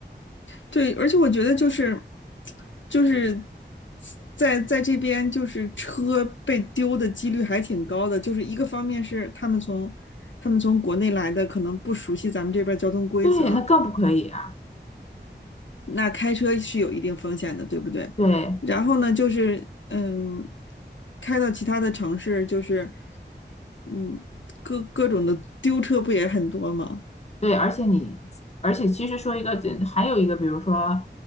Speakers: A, on the left; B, on the left.
A: 对，而且我觉得就是就是在在这边，就是车被丢的几率还挺高的。就是一个方面是他们从他们从国内来的，可能不熟悉咱们这边交通规则，
B: 对，那更不可以啊！
A: 那开车是有一定风险的，对不对？
B: 对
A: 然后呢，就是嗯，开到其他的城市，就是嗯，各各种的丢车不也很多吗？
B: 对，而且你，而且其实说一个，还有一个，比如说，